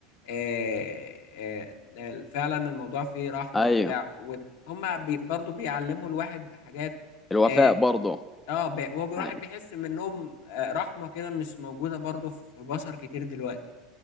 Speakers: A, on the left; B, on the left.
A: آه، آه، فعلا الموضوع فيه رحمه
B: ايوه
A: وبتاع وت- هما بي برضو بيعلموا الواحد حاجات
B: الوفاء
A: اه
B: برضه
A: آه، ب- هو الواحد
B: يعني
A: بيحس من النوم آه، رحمة كده مش موجودة برضو في بشر كتير دلوقتي